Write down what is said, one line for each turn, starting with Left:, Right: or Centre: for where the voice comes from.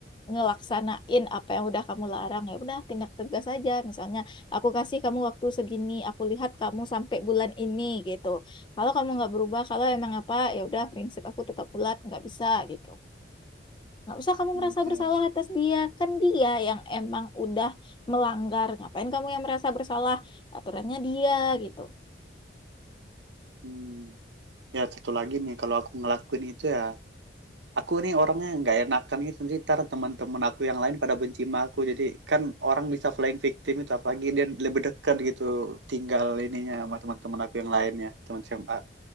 Left: ngelaksanain apa yang udah kamu larang ya udah tindak tegas aja misalnya aku kasih kamu waktu segini aku lihat kamu sampai bulan ini gitu kalau kamu nggak berubah kalau emang apa ya udah prinsip aku tetap bulat nggak bisa gitu nggak usah kamu
Right: Gitu
Left: merasa bersalah
Right: ya.
Left: atas dia kan dia yang emang udah melanggar ngapain kamu yang merasa bersalah aturannya dia gitu
Right: Hmm. Ya satu lagi nih, kalau aku ngelakuin itu ya aku nih orangnya nggak enakan gitu nanti ntar teman-teman aku yang lain pada benci sama aku jadi kan orang bisa flying victim itu apalagi dia lebih dekat gitu tinggal ininya sama teman-teman aku yang lainnya teman SMA